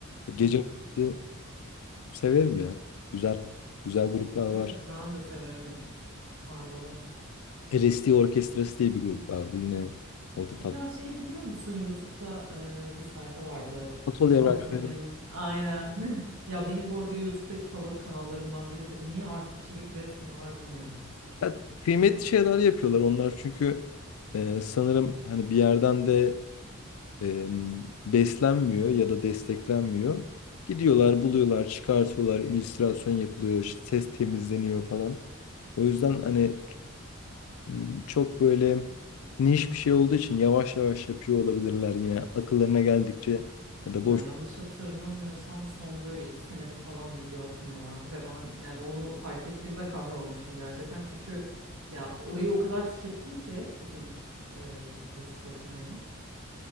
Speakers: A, on the left; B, on the right.
A: Gece
B: Evet.
A: vakti severim ya. Güzel, güzel gruplar var.
B: Evet ben de severim Hardal'ı.
A: LSD Orkestrası diye bir grup vardı yine. O da tatlı.
B: Ya şeyi biliyor musun? YouTube'da e, bir sayfa vardı.
A: Atölye
B: Anatolian.
A: rock'ı.
B: Aynen. <laughs> Ya benim bu arada YouTube'daki favori kanallarımdan biridir. Niye artık içerik üretmiyorlar bilmiyorum.
A: Ya, kıymetli şeyler yapıyorlar onlar çünkü e, sanırım hani bir yerden de e, beslenmiyor ya da desteklenmiyor. Gidiyorlar, buluyorlar, çıkartıyorlar, illüstrasyon yapılıyor, işte ses temizleniyor falan. O yüzden hani m, çok böyle niş bir şey olduğu için yavaş yavaş yapıyor olabilirler yine akıllarına geldikçe ya da
B: Ya
A: boş.
B: yanlış hatırlamıyorsam son böyle iki senedir falan video atmıyorlardı ve ben yani onu fark ettiğimde kahrolmuştum gerçekten. Çünkü ya orayı o kadar tükettim ki bütün e, YouTube profillerini.